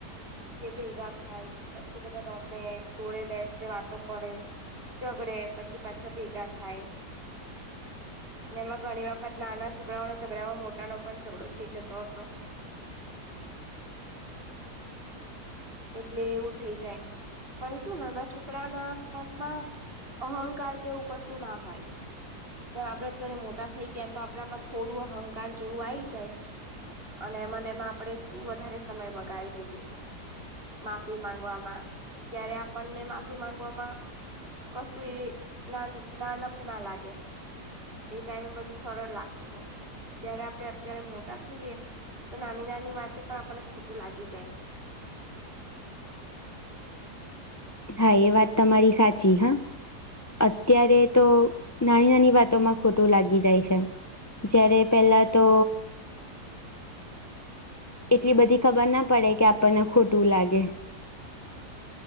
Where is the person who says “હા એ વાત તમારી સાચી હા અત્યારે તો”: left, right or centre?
Left